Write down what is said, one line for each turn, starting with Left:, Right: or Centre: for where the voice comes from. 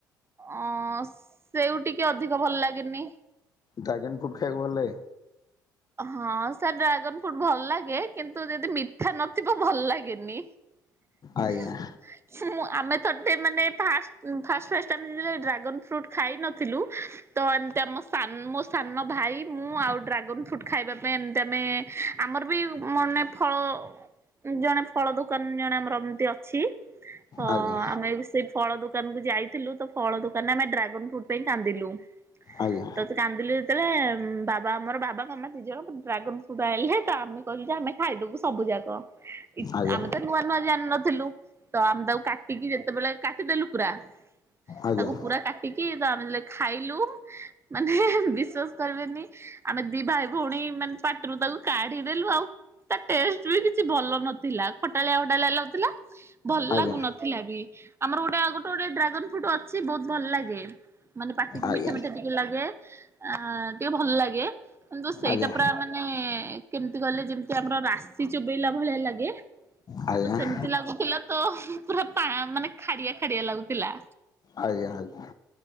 Right: ଅ ସେଉ ଟିକେ ଅଧିକ ଭଲ ଲାଗେନି।
Left: ଡ୍ରାଗେନ୍ ଫ୍ରୁଟ ଖାଇବାକୁ ଭଲ ଲାଗେ?
Right: ହଁ ସାର୍ ଡ୍ରାଗନ ଫ୍ରୁଟ୍ ଭଲ ଲାଗେ। କିନ୍ତୁ ଯଦି ମିଠା ନଥିବ ଭଲ ଲାଗେନି। ହଁ!
Left: ଆଜ୍ଞା।
Right: ସି ମୁଁ ଆମେ ଥରଟେ ମାନେ ଫାଷ୍ଟ ଫାଷ୍ଟ ଫାଷ୍ଟ ଆମେ ଯେତେବେଳେ ଡ୍ରାଗନ୍ ଫ୍ରୁଟ୍ ଖାଇ ନଥିଲୁ ତ ଏମିତି ଆମ ସାନ୍ ମୋ ସାନ ଭାଇ ମୁଁ ଆଉ ଡ୍ରାଗନ ଫ୍ରୁଟ ଖାଇବା ପାଇଁ ଏମତି ଆମେ ଆମର ବି ମାନେ ଫଳ ଜଣେ ଫଳ ଦୋକାନ ଜଣେ ଆମର ଏମତି ଅଛି ତ
Left: ଆଜ୍ଞା।
Right: ଆମେ ବି ସେ ଫଳ ଦୋକାନକୁ ଯାଇଥିଲୁ। ତ ଫଳ ଦୋକାନରେ ଆମେ ଡ୍ରାଗନ ଫ୍ରୁଟ୍ ପାଇଁ କାନ୍ଦିଲୁ
Left: ଆଜ୍ଞା
Right: ତ ସେ କାନ୍ଦ ଇଲୁ ଯେତେବେଳେ ବାବା ଆମର ବାବା ମାମା ଦି ଜଣ ଡ୍ରାଗନ୍ ଫ୍ରୁଟ୍ ଆଣିଲଲେ ତ ଆମେ କହିଲୁ ଯେ ଆମେ ଖାଇଦବୁ ସବୁ ଯାକ। ଇ-ଆମେ
Left: ଆଜ୍ଞା
Right: ତ ନୂଆ ନୂଆ ଜାଣି ନଥିଲୁ, ତ ଆମେ ତାକୁ କାଟିକି ଯେତେବେଳେ କାଟିଦେଲୁ ପୁରା
Left: ଆଜ୍ଞା
Right: ତାକୁ ପୁରା କା ଟିକି ତ ଆମେ <unintelligible> ଖାଇଲୁ ମାନେ ବିଶ୍ଵାସ କରିବେନି ଆମେ ଦି ଭାଇ ଭଉଣୀ ମାନେ ପାଟିରୁ ତାକୁ କାଢିଦେଲୁ, ଆଉ ତା ଟେଷ୍ଟ ବି କିଛି ଭଲ ନଥିଲା, ଖଟାଳିଆ ଖଟାଳିଆ ଲାଗୁଥିଲା ଭଲ
Left: ଆଜ୍ଞା
Right: ଲାଗୁନ ଥିଲା ବି, ଆମର ଗୋଟେ ଗୋଟେ ଗୋଟେ ଡ୍ରାଗନ୍ ଫ୍ରୁଟ୍ ଅଛି ବହୁତ ଭଲ ଲାଗେ। ମାନେ ପାଟିକି
Left: ଆଜ୍ଞା ଆଜ୍ଞା।
Right: ମିଠା ମିଠା ଟିକେ ଲାଗେ, ଅ, ଟିକେ ଭଲ ଲାଗେ, କିନ୍ତୁ ସେଇଟା
Left: ଆଜ୍ଞା
Right: ପୁରା ମାନ ନେ କେମତି କହିଲେ ଯେମିତି ଆମର ରାଶି ଚୋବେେଇଲା ଭଳିଆ ଲାଗେ।
Left: ଆଜ୍ଞା
Right: ତ ସେମିତି ଲାଗୁଥିଲା ତ ପୁରା ପା-ମାନେ ଖାଡିଆ ଖାଡିଆ ଲାଗୁଥିଲା।
Left: ଆଜ୍ଞା, ଆଜ୍ଞା।